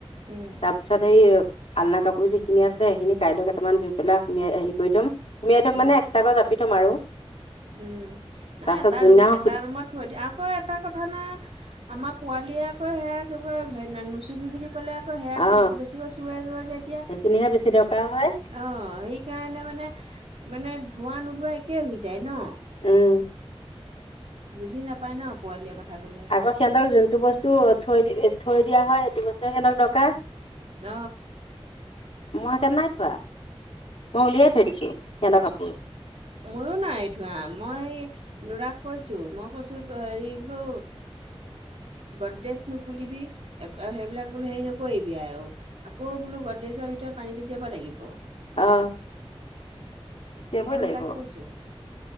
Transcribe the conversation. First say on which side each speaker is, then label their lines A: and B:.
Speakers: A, on the right; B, on the left.
A: উম
B: তাৰপিছত সেই আলনা কাপোৰ যিখিনিছে সেইখিনি কাইলৈক কটামান ধই পেলাই সমাই হেৰি কৰি থম সোমাই থ
A: উম
B: মানে্সট্ৰ গছজপি ম আৰু
A: উম নাই
B: তাৰপাছত
A: এটা
B: যোনদিনাখন
A: ৰুম এটা
B: সু
A: ৰুমত থৈ দিিয় আকৌ এটা কথা না আমাৰ পোৱালিয়ে আকৌ সেয়া হ নুচুবি বুলি কলে আকৌ সেয়াোৰ
B: অ
A: বেছিকৈ চুৱে জ যে এতিয়া
B: সেইখিনিহে বেছি দৰকাৰ হয়
A: অ সেইকাৰণে মানে মানে ধৱা নোধোৱা একে হৈ যায় ন
B: উম
A: বুজি নাপায় ন পোৱালীয়ে কথা ক'লে
B: আকৌ সিহঁতক যোনটো বস্তু থৈ দিবি থৈ দিয়া হয় সেইটো বস্তুে সক দৰকাৰ
A: ন
B: মই একণ নাই থোৱা মই উলিয়াই থৈ দিছো সিহঁতৰ কাপোৰ
A: ময়ো নাইঠোৱাা মই ল'ৰাক কৈছো মই কৈছো হেৰি বোলো গদদেশ নুকুলিবি সেইবিলাক বোলো হেৰি নকৰিবিি আৰু আকৌ বোলো গদেজৰ ভিতৰত পানী ছটিয়াব লাগিব
B: আহ উলিয়াবই
A: সেইকাৰণে
B: লাগিব
A: তাক কৈছোঁ